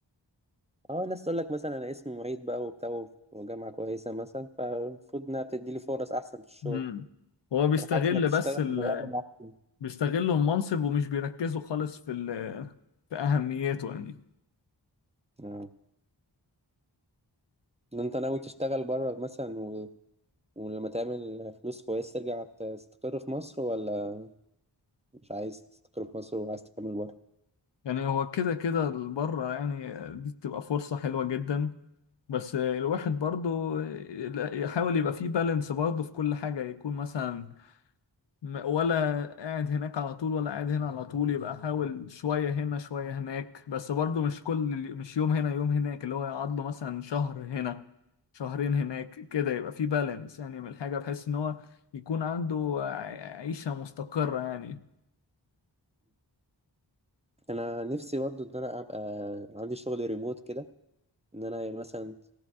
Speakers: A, on the right; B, on the left.
A: اه ناس تقول لك مثلا أنا اسمي معيد بقى وبتاع وجامعة كويسة مثلا فالمفروض إنها بتدي لي فرص أحسن في الشغل
B: مم. هو بيستغل
A: أنا حاسس إنك تشتغل
B: بس ال...
A: من الأول أحسن
B: بيستغلوا المنصب ومش بيركزوا خالص في ال... في اهميته يعني
A: اه إن أنت ناوي تشتغل بره مثلا و... ولما تعمل فلوس كويس ترجع تستقر في مصر ولا مش عايز تستقر في مصر وعايز تكمل بره؟
B: يعني هو كده كده بره يعني دي بتبقى فرصه حلوه جدا بس الواحد برضو يحاول يبقى فيه بالانس برضو في كل حاجة يكون مثلا م- ولا قاعد هناك على طول ولا قاعد هنا على طول يبقى حاول شوية هنا شوية هناك بس برضو مش كل مش يوم هنا يوم هناك اللي هو يقعد له مثلا شهر هنا شهرين هناك كده يبقى فيه بالانس يعني من الحاجة بحيث ان هو يكون عنده ع- عيشة مستقرة يعني
A: انا نفسي برضو ان انا ابقى عندي شغل ريموت كده ان انا مثلا